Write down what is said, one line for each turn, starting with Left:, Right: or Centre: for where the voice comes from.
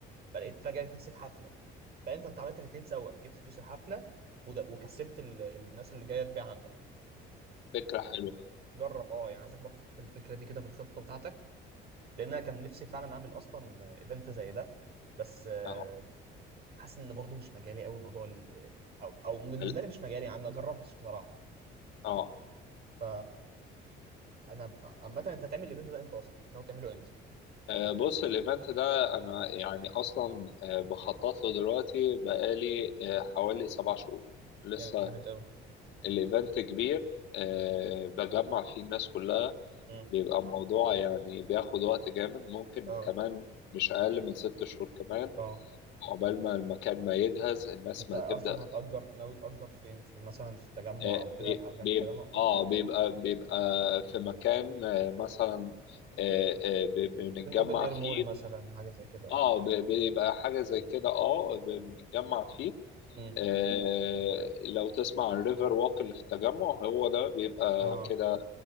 Right: فلقيت فجاه لقيت نفسي في حفله فاهم فانت عملت الاثنين سوا جبت فلوس الحفله وده وكسبت ال... الناس اللي جايه تبيع عندك
Left: فكرة حلوة
Right: فجرب اه يعني عايزك برضه تحط الفكره دي كده في الخطه بتاعتك لان انا كان نفسي فعلا اعمل اصلا ايفنت زي ده بس آه،
Left: اه
Right: حاسس ان برضو مش مجالي قوي موضوع ال- او او بالنسبه
Left: ال-
Right: لي مش مجالي يعني ما جربتش بصراحه
Left: اه
Right: ف انا عامه انت هتعمل الايفنت ده امتى اصلا ناوي تعمله امتى
Left: آه، بص الايفنت ده انا يعني اصلا آه، بخطط له دلوقتي بقالي آه، حوالي سبع شهور لسه
Right: جامد جامد قوي
Left: الايفنت كبير آه، بجمع فيه الناس كلها
Right: امم
Left: بيبقى الموضوع يعني بياخد وقت جامد ممكن
Right: اه
Left: كمان مش اقل من ست شهور كمان
Right: اه
Left: عقبال ما المكان ما يجهز الناس
Right: انت
Left: ما
Right: اصلا
Left: تبدا
Right: هتأجر ناوي تأجر فين في مثلا في التجمع
Left: آه،
Right: او كده
Left: بي-
Right: في مكان
Left: بي-
Right: في التجمع او كده
Left: اه بيبقى بيبقى في مكان آه، مثلا آه، آه، بي- بنتجمع
Right: ممكن اوبن اير
Left: فيه
Right: مول مثلا حاجه زي كده اه
Left: اه ب- بيبقى حاجة زي كده اه ب- بنتجمع فيه
Right: امم
Left: آه لو تسمع عن الريفر ووك اللي في التجمع هو ده بيبقى
Right: اه
Left: كده